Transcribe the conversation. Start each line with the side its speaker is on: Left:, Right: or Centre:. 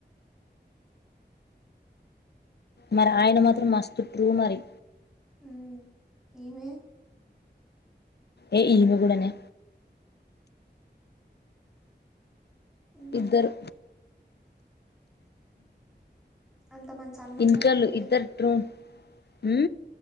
Left: మరి ఆయన మాత్రం మస్తు ట్రూ మరి
Centre: మ్ ఈమే
Left: ఏ ఇమె గుడానే
Centre: ఉహు
Left: ఇద్దరు
Centre: అంత మంచి అన్న ఉన్నాంక
Left: ఇంట్లో లో
Centre: ఇంకే
Left: ఇద్దరు ట్రూ ఉ